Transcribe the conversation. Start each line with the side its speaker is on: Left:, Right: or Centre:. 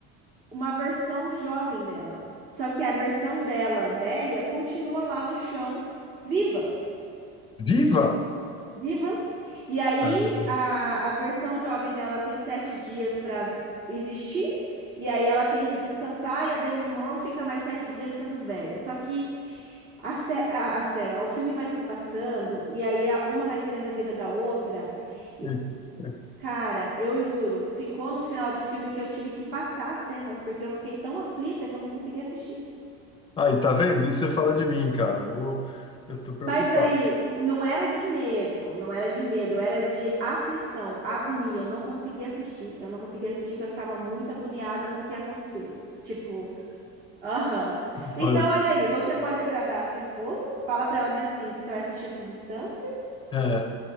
Right: uma versão jovem dela. Só que a versão dela velha continua lá no chão, viva.
Left: Viva!
Right: Viva! E aí,
Left: Ah,
Right: a, a versão jovem dela tem sete dias para existir, e aí ela tem que descansar, e a Demi Moore fica mais sete dias sendo velha. Só que a, sé- a, a sério, ó, o filme vai se passando, e aí a- uma vai querendo a vida da outra. E,
Left: e- é.
Right: cara, eu juro, ficou no final do filme que eu tive que passar as cenas, porque eu fiquei tão aflita que eu não consegui assistir.
Left: aí, tá vendo? Isso você fala de mim, cara. Eu vou- eu tô preocupado.
Right: Mas aí, não era de medo, não era de medo, era de aflição, agonia. Eu não conseguia assistir. Eu não conseguia assistir porque eu ficava muito agoniada com o que ia acontecer. Tipo, aham. Então,
Left: Olha,
Right: olha aí, você pode agradar a sua esposa, fala pra ela bem assim que você vai assistir Substância
Left: é,